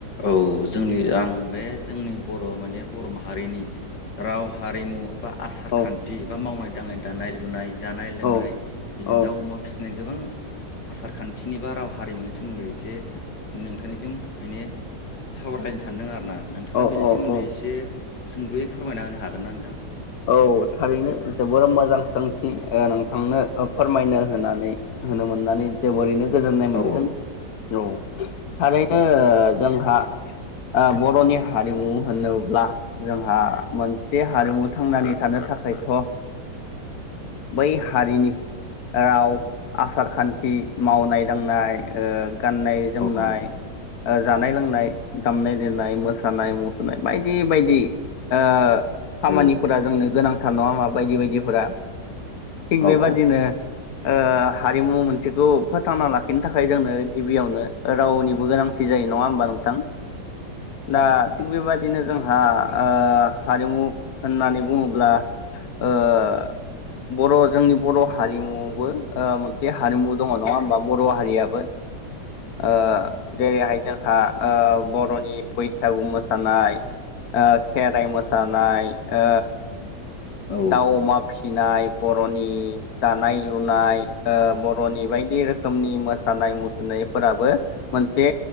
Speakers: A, on the left (about 85°); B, on the left (about 60°).
A: औ जोंनि आं बे जोंनि बर' माने बर' माहारिनि औ राव -हारिमु, बा आसार
B: औ
A: -खान्थि, बा मावनाय- दांनाय, दानाय -लुनाय जानाय- लोंनाय
B: औ
A: बिदिनो
B: औ
A: दाउ -अमा फिसिनाय गोबां आसार खान्थिनि बा राव- हारिमुनि सोमोन्दै एसे नोंथांनिसिम माने सावरायनो सानदों आरोना नोंथाङा
B: औ
A: बेनि
B: औ
A: सोमोन्दै
B: औ
A: एसे सुंदयै फोरमायना होनो हागोन ना नोंथां?
B: औ थारैनो जोबोर मोजां सोंथि ओ नोंथांनो फोरमायनो होननानै होननो मोनो। होननानै जोबोरैनो गोजोननाय मोनगोन
A: औ
B: औ थारैनो जोंहा
A: <inaudible>
B: बर'नि हारिमु होनोब्ला जोंहा मोनसे हारिमु थांनानै थानो थाखायथ' ओ बै हारिनि राव आसार खान्थि मावनाय दांनाय ओ गाननाय जोमनाय
A: औ औ
B: ओ जानाय लोंनाय दामनाय देनाय मोसानाय मुसुरनाय बायदि बायदि ओ खामानिफोरा
A: औ
B: जोंनो गोनांथार नङा होमा बायदि बायदिफोरा थिग
A: औ
B: बेबादिनो
A: औ
B: ओ हारिमु मोनसेखौ फोथांना लाखिनो थाखाय जोंनो गिबियावनो रावनिबो गोनांथि थि जायो नङा होमबा नोंथां दा थिग बेबायदिनो जोंहा ओ हारिमु होननानै बुङोब्ला ब्ला ओ बर' जोंनि बर' हारिमुआवबो ओ मो हारिमु दङ नङा होमबा बर' हारियाबो ओ जेरैहाय जोंहा बर'नि बैसागु मोसानाय ओ खेराइ मोसानाय ओ
A: औ
B: दाउ अमा फिसिनाय बर'नि दानाय लुनाय
A: औ
B: ब बर'नि बायदि रोखोमनि मोसानाय मुसुरनायफोराबो मोनसे